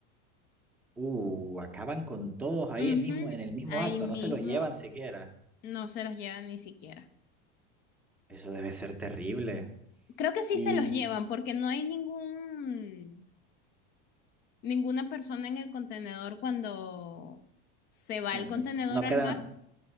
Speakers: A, in the centre; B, on the left.
A: Uh, acaban con todos ahí
B: Ujú,
A: en mismo, en el mismo
B: Ahí
A: acto,
B: mismo
A: no se los llevan siquiera.
B: no se los llevan ni siquiera.
A: Eso debe ser terrible.
B: Creo que sí
A: Y
B: se los llevan porque no hay ningún Ninguna persona en el contenedor cuando se va
A: eh,
B: el contenedor
A: no
B: al
A: quedan,
B: mar